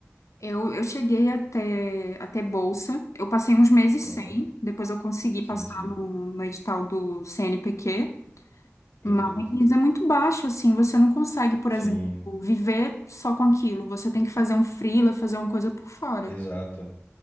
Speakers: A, on the left; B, on the left.
A: Eu, eu cheguei até, até bolsa. Eu passei uns meses
B: Aham.
A: sem, depois eu consegui
B: Sim,
A: passar
B: sim.
A: no, no edital do CNPq,
B: Perfeito.
A: mas é muito baixo, assim, você não consegue, por
B: Sim,
A: exemplo, viver só com aquilo. Você tem que fazer um freela, fazer uma coisa por fora.
B: exato.